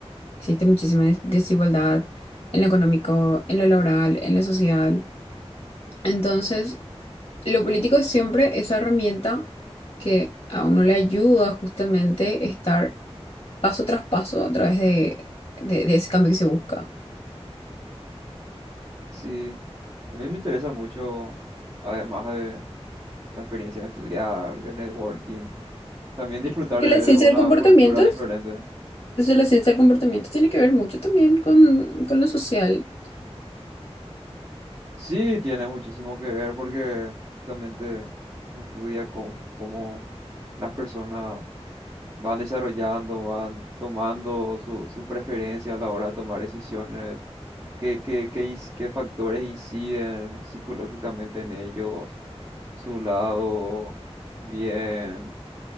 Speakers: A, on the left; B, on the right.
A: Existe muchísima des- desigualdad en lo económico, en lo laboral, en lo social. Entonces, lo político es siempre esa herramienta que a uno le ayuda justamente a estar paso tras paso a través de, de- de ese cambio que se busca.
B: Sí, a mí me interesa mucho, además de la experiencia de estudiar, de networking, también disfrutar
A: Porque
B: de,
A: la ciencia
B: de una
A: del comportamiento,
B: cultura diferente.
A: entonces la ciencia del comportamiento tiene que ver mucho también con, con lo social.
B: Sí, tiene muchísimo que ver porque justamente estudia cómo, cómo las personas van desarrollando, van tomando su- sus preferencias a la hora de tomar decisiones, qué, qué, qué, inci- qué factores inciden psicológicamente en ellos, su lado bien.